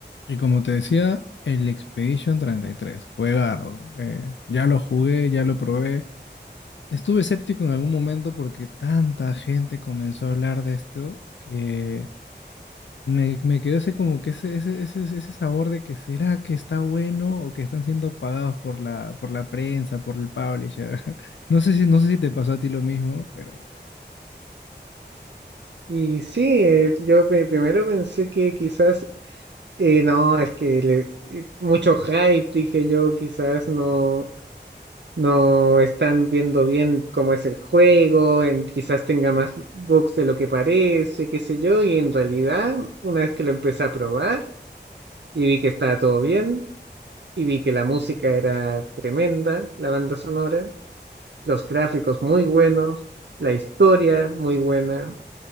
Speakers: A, on the left; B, on the right.
A: Y como te decía, el Expedition treinta y tres, juegardo. Eh, ya lo jugué, ya lo probé. Estuve escéptico en algún momento porque tanta gente comenzó a hablar de esto que me, me quedó ese como que ese, ese, ese, ese sabor de que será que está bueno o que están siendo pagados por la, por la prensa, por el publisher. <laughs> No sé si, no sé si te pasó a ti lo mismo, pero...
B: Y sí, eh, yo pe- primero pensé que quizás, eh, no, es que le- eh, mucho hype, dije yo, quizás no, no están viendo bien cómo es el juego, en, quizás tenga más bugs de lo que parece, qué sé yo, y en realidad, una vez que lo empecé a probar y vi que estaba todo bien, y vi que la música era tremenda, la banda sonora, los gráficos muy buenos, la historia muy buena.